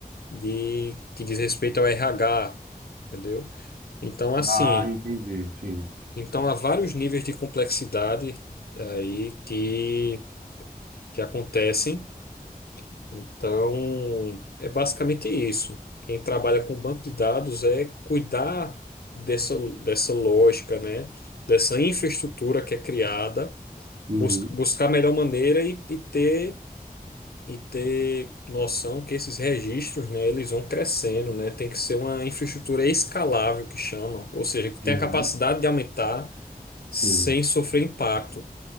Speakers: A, on the left; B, on the right.
A: de que diz respeito ao RH, entendeu? Então, assim,
B: Ah, entendi. Sim.
A: então há vários níveis de complexidade aí que que acontecem. Então, é basicamente isso. Quem trabalha com banco de dados é cuidar dessa, dessa lógica, né? Dessa infraestrutura que é criada,
B: Uhum.
A: bus buscar a melhor maneira e, e ter e ter noção que esses registros, né, eles vão crescendo, né? Tem que ser uma infraestrutura escalável que chama, ou seja, que tem
B: Uhum.
A: a capacidade de aumentar sem
B: Sim.
A: sofrer impacto.